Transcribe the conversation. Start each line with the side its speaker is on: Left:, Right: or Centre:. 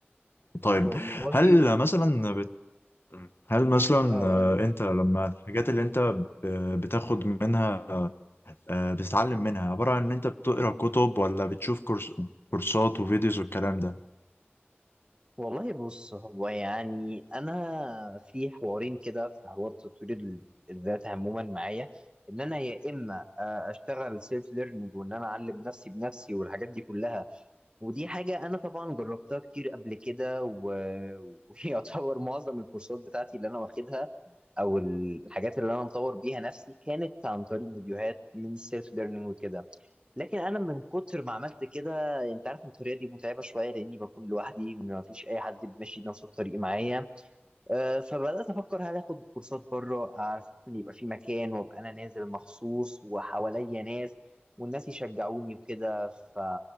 Left: طيب
Right: والله
Left: هل مثلا بت... هل مثلا
Right: هقول
Left: آه، انت لما الحاجات اللي انت ب- بتاخد منها آه، بتتعلم منها عبارة عن ان انت بتقرا كتب ولا بتشوف كورس... كورسات وفيديوز والكلام ده
Right: والله بص هو يعني انا في حوارين كده في حوار تطوير ال- الذات عموما معايا ان انا يا اما آه، اشتغل سيلف ليرنينج وان انا اعلم نفسي بنفسي والحاجات دي كلها ودي حاجه انا طبعا جربتها كتير قبل كده و- <laughs> ويعتبر معظم الكورسات بتاعتي اللي انا واخدها او الحاجات اللي انا مطور بيها نفسي كانت عن طريق فيديوهات من السيلف ليرنينج وكده لكن انا من كتر ما عملت كده انت عارف إن الطريقه دي متعبه شويه لاني بكون لوحدي ما فيش اي حد ماشي نفس الطريق معايا آه، فبدات افكر هل اخد كورسات بره على اساس ان يبقى في مكان وابقى انا نازل مخصوص وحواليا ناس والناس يشجعوني وكده ف